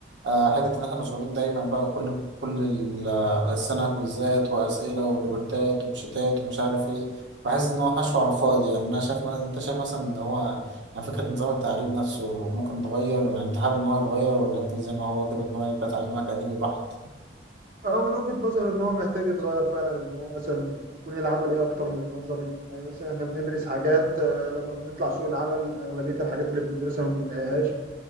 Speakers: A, on the right (about 85°); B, on the right (about 50°).
A: آه، حتة إن إحنا مشغولين دايما بقى كل كل ال- آه، السنة كويزات وأسئلة وريبورتات وشتات ومش عارف إيه بحس إن هو حشو على الفاضي يعني أنا شايف ما أنت شايف مثلا إن هو يعني فكرة نظام التعليم نفسه ممكن يتغير يعني أنت حابب إن هو يتغير ولا يفضل زي ما هو كده إن هو يبقى تعليم أكاديمي بحت؟
B: هو من وجهة نظري ان هو محتاج يتغير فعلا ان هو مثلا يكون العملي اكتر من منظري يعني مثلا احنا بندرس حاجات آه، لما بنطلع سوق العمل اغلبية الحاجات اللي بندرسها ما بنلاقيهاش